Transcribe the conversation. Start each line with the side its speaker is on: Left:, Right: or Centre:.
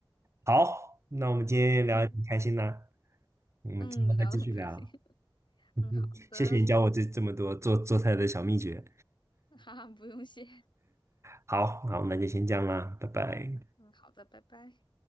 Right: 好，那我们今天聊的挺开心的，
Left: 嗯
Right: 我们之后再继续聊。
Left: 嗯，聊得很开心。
Right: <laughs>
Left: <laughs>
Right: 嗯哼谢谢你教我这这么多做做菜的小秘诀。
Left: 嗯，好的，<laughs> 哈哈，不用谢。<laughs>
Right: 好，好，那就先这样啦，拜拜。
Left: 嗯，好的，拜拜。